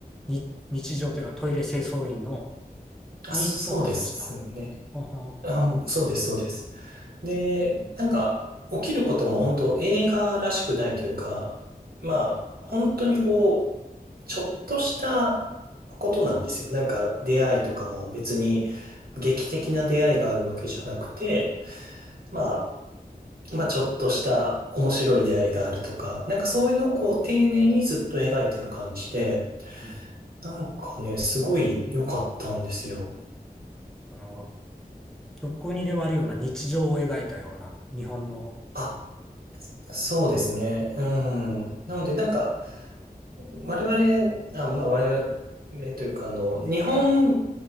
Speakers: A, in the centre; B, on the right (about 70°).
A: に日常というかトイレ清掃員の
B: あ、
A: にフォーカスした。
B: そうですね。
A: ほうほ
B: あ、もうそうです、そうです。で、なんか、起きることも本当映画らしくないというか、まあ、本当にこう、ちょっとしたことなんですよ。なんか、出会いとかも別に劇的な出会いがあるわけじゃなくて、まあ、まあ、ちょっとした面白い出会いがあるとか、なんかそういうのをこう、丁寧にずっと描いてる感じで、
A: う。うん。
B: なんかね、すごい良かったんですよ。
A: その、どこにでもあるような日常を描いたような日本の
B: あそうですね。うん。なので、なんか、我々、あ、まあ我々というか、あの、日本